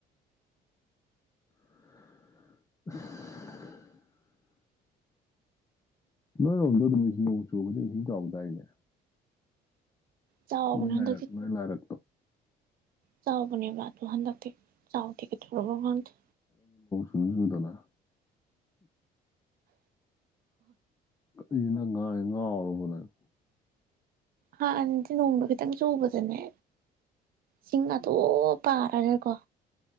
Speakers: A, on the left (about 20°); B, on the right (about 60°).
A: ꯍꯥ ꯑꯁ ꯅꯣꯏꯔꯣꯝꯗꯣ ꯅꯣꯡ ꯆꯨꯕꯗꯤ ꯏꯁꯤꯡ ꯆꯥꯎꯗꯥꯏꯅꯦ
B: ꯆꯥꯎꯕꯅꯦ
A: ꯅꯣꯏꯅꯔꯛ
B: ꯍꯟꯗꯛꯇꯤ
A: ꯅꯣꯏꯅꯔꯛ
B: ꯆꯥꯎꯕꯅꯦꯕ ꯑꯗꯣ ꯍꯥꯟꯗꯛꯇꯤ ꯆꯥꯎꯗꯦ ꯀꯩꯗꯧꯔꯕꯅꯣ ꯈꯪꯗꯦ
A: ꯅꯣꯡꯁꯨ ꯆꯨꯗꯅ ꯀꯔꯤꯅꯣ ꯅꯪ ꯉꯥꯡꯉꯤ ꯉꯥꯎꯔꯕꯣ ꯅꯪ
B: ꯍꯥꯟ ꯅꯗꯤ ꯅꯣꯡꯗꯣ ꯈꯤꯇꯪ ꯆꯨꯕꯗꯅꯦ ꯁꯤꯡ ꯑꯗꯨꯝ ꯄꯥꯔꯒꯀꯣ